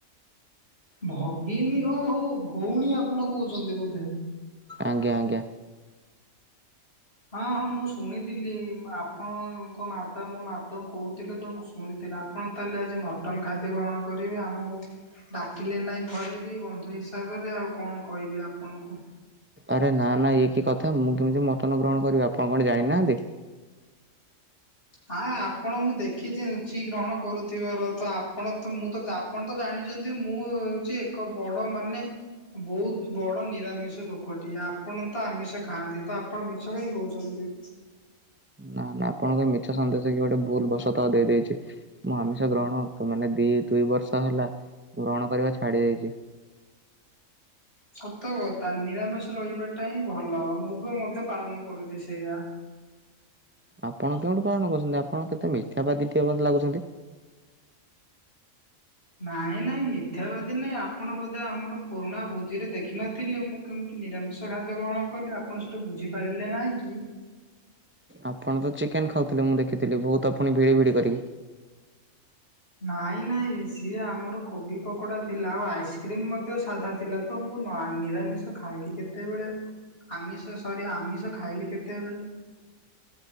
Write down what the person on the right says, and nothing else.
ଆଜ୍ଞା ଆଜ୍ଞା।
ଆରେ ନା ନା ଇଏ କି କଥା ମୁଁ କେମିତି ମଟନ ଗ୍ରହଣ କରିବି ଆପଣ କଣ ଜାଣିନାହାନ୍ତି?
ନା ନା ଆପଣଙ୍କ ମିଛ ସନ୍ଦେଶ କି ଗୋଟେ ଭୁଲବସତ୍ ଦେଇ ଦେଇଛି। ମୁଁ ଆମିଷ ଗ୍ରହଣ ତ ମାନେ ଦି ଦୁଇ ବର୍ଷ ହେଲା ଗ୍ରହଣ କରିବା ଛାଡି ଦେଇଛି।
ଆପଣ କେଉଁଠି ପାଳନ କରୁଛନ୍ତି ଆପଣ କେତେ ମିଦ୍ୟାବାଦୀ ଲାଗୁଛନ୍ତି।
ଆପଣ ତ ଚିକେନ ଖାଉଥିଲେ ମୁଁ ଦେଖିଥିଲି ବହୁତ ଫୁଣି ଭିଡି ଭିଡି କରିକି